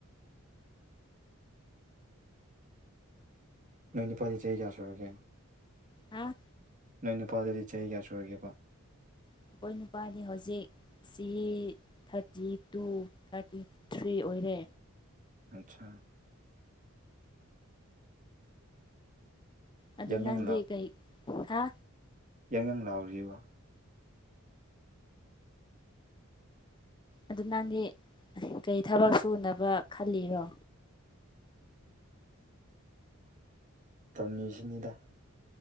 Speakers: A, on the right; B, on the left.
A: ꯅꯣꯏ ꯅꯤꯄꯥꯗꯤ ꯆꯍꯤ ꯌꯥꯌꯥ ꯁꯨꯔꯒꯦ
B: ꯍꯥꯥ
A: ꯅꯣꯏ ꯅꯨꯄꯥꯗꯗꯤ ꯆꯍꯤ ꯀꯌꯥ ꯁꯨꯔꯒꯦꯕ
B: ꯑꯩꯈꯣꯏ ꯅꯨꯄꯥꯅꯤ ꯍꯧꯖꯤꯛ ꯁꯤ ꯊꯥꯔꯇꯤ ꯇꯨ ꯊꯥꯔꯇꯤ ꯊ꯭ꯔꯤ ꯑꯣꯏꯔꯦ
A: ꯑꯆꯥ
B: ꯑꯗꯨ
A: ꯌꯥꯡ
B: ꯑꯗꯨ
A: ꯌꯥꯡ
B: ꯅꯗꯤ ꯀꯩ ꯍꯥ
A: ꯌꯥꯪ ꯌꯥꯪ ꯂꯥꯎꯔꯤꯔꯤꯕ
B: ꯑꯗꯨ ꯅꯪꯒꯤ ꯀꯩ ꯊꯕꯛ ꯁꯨꯅꯕ ꯈꯜꯂꯤꯔꯣ
A: ꯇꯝꯃꯤꯁꯤꯅꯤꯗ